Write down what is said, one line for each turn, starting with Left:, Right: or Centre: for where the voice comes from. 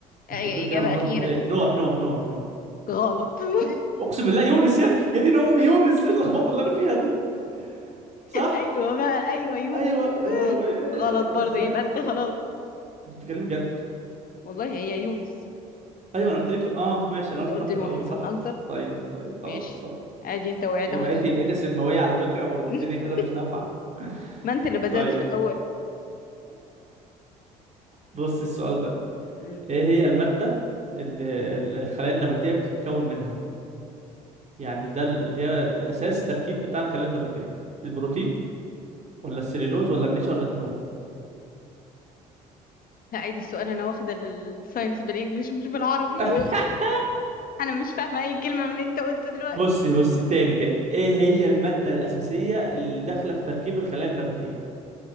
Right: يخرب
Left: أي
Right: بيت كده
Left: إجابة
Right: انا متلخبط
Left: أخيرة
Right: ليه نوح نوح نوح نوح
Left: غلط <laughs>
Right: اقسم بالله يونس يا يا دين امي يونس إيه اللخبطه اللي انا فيها دي صح
Left: ايوه بقى ايوه يونس
Right: ايوه يا لهوي
Left: <laughs> غلط برضه
Right: ازاي
Left: يبقى أنت خلاص
Right: انت بتتكلمي جد
Left: والله هي يونس
Right: ايوه انا قلت لك اه ماشي انا
Left: أنت
Right: قلت
Left: قلت
Right: نوح في
Left: نوح
Right: الاول
Left: إحنا
Right: صح
Left: هنهزر
Right: طيب طيب خلاص
Left: ماشي
Right: خلاص
Left: عادي أنت وقعت
Right: انت
Left: أهو
Right: بقيتي
Left: تاني
Right: بقيتي سماويه على فكره والدنيا
Left: <laughs>
Right: كده مش نافعه
Left: ما أنت اللي بدأت
Right: طيب
Left: في الأول
Right: بص السؤال ده
Left: مم.
Right: ايه هي الماده اللي ال- الخلايا النباتيه بتتكون منها يعني ده ال- اللي هي الاساس تركيب بتاع الخلايا النباتيه البروتين ولا السليلوز ولا النشا ولا الدهون
Left: هعيد السؤال أنا واخدة الساينس بالإنجلش مش بالعربي <laughs>
Right: <laughs>
Left: أنا مش فاهمة أي كلمة من اللي أنت قلته دلوقتي
Right: بصي بصي تاني تاني ايه هي الماده الاساسيه اللي داخله في تركيب الخلايا النباتيه